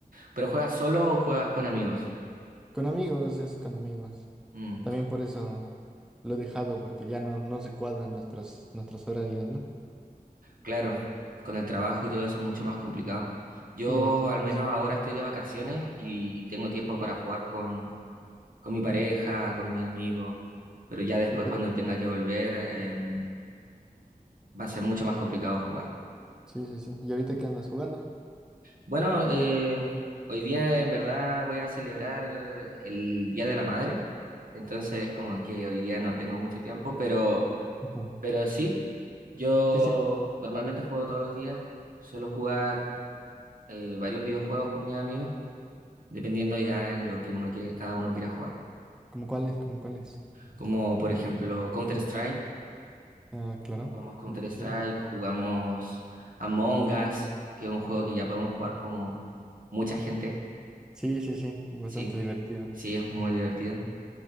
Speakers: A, on the right; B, in the centre.
A: ¿Pero juegas solo o juegas con amigos?
B: Con amigos, es con amigos.
A: Mm.
B: También por eso lo he dejado, porque ya no, no se cuadran nuestros, nuestros horarios, ¿no?
A: Claro, con el trabajo y todo eso es mucho más complicado. Yo
B: Sí, bastante.
A: al
B: más.
A: menos ahora estoy de vacaciones y tengo tiempo para jugar con, con mi pareja, con mis amigos, pero ya después
B: ¿Y qué?
A: cuando tenga que volver em, va a ser mucho más complicado jugar.
B: Sí, sí, sí. ¿Y ahorita qué andas jugando?
A: Bueno, eh, hoy día en verdad voy a celebrar el Día de la Madre, entonces como que hoy día no tengo mucho tiempo, pero,
B: Ujú.
A: pero sí, yo
B: Sí, sí,
A: normalmente juego todos los días, suelo jugar eh, varios videojuegos con mis amigos. dependiendo ya en lo que uno quiere, cada uno quiera jugar.
B: como cuáles, como cuáles.
A: Como por ejemplo Counter-Strike,
B: Ah, claro,
A: jugamos Counter-Strike,
B: buenísimo.
A: jugamos Among Us, que es un juego que ya podemos jugar como mucha gente,
B: Sí, sí, sí, bastante
A: sí,
B: divertido.
A: sí, es muy divertido.